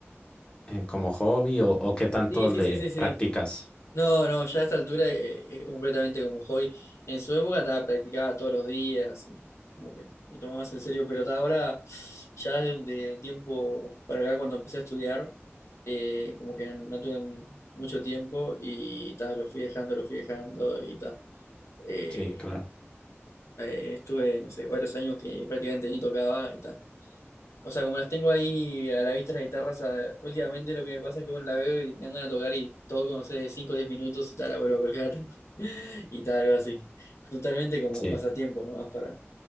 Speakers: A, on the left; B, on the left.
A: eh, como hobby o, o qué tanto
B: Sí, sí,
A: le
B: sí, sí, sí.
A: practicas?
B: No, no, ya a esta altura eh, es completamente como hobby. En su época estaba practicaba todos los días y como que lo tomaba más en serio, pero ta- ahora, ya de, de un tiempo para acá, cuando empecé a estudiar, eh, como que no, no tuve mu- mucho tiempo y ta, lo fui dejando, lo fui dejando y ta. Eh,
A: Sí, claro.
B: eh, estuve, no sé, varios años que prácticamente ni tocaba y ta o sea, como las tengo ahí a la vista las guitarras, a- últimamente lo que me pasa es que bueno, la veo y me dan ganas de tocar y todo como no sé, cinco o 10 minutos y tal, la vuelvo a colgar <laughs> y tal, algo así. Totalmente como
A: Sí.
B: pasatiempo nomás para,